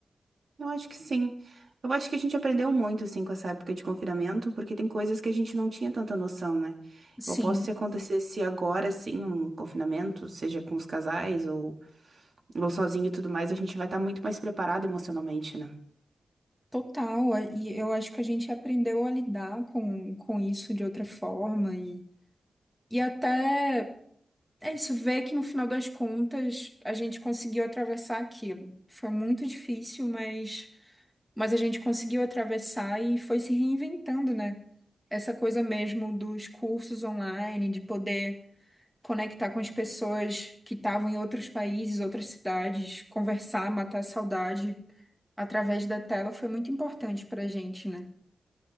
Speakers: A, on the right (about 45°); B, in the centre.
A: eu acho que sim. Eu acho que a gente aprendeu muito, assim, com essa época de confinamento, porque tem coisas que a gente não tinha tanta noção, né?
B: Sim,
A: Eu posso se acontecesse agora, assim, um confinamento, seja com os casais ou, ou sozinho e tudo mais, a gente vai estar muito mais preparado emocionalmente, né?
B: total. E eu acho que a gente aprendeu a lidar com, com isso de outra forma e, e até. É isso, ver que no final das contas a gente conseguiu atravessar aquilo. Foi muito difícil, mas, mas a gente conseguiu atravessar e foi se reinventando, né? Essa coisa mesmo dos cursos online, de poder conectar com as pessoas que estavam em outros países, outras cidades, conversar, matar a saudade através da tela foi muito importante pra gente, né?